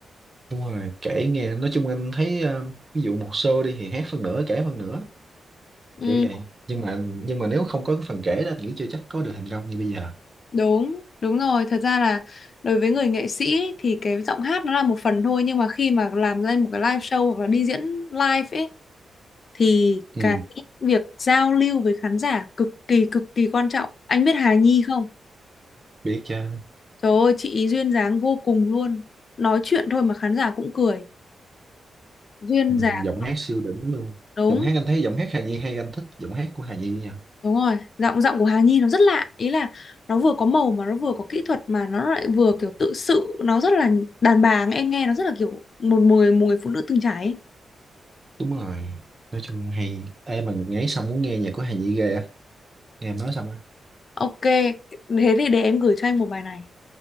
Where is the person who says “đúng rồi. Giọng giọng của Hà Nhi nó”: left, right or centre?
Left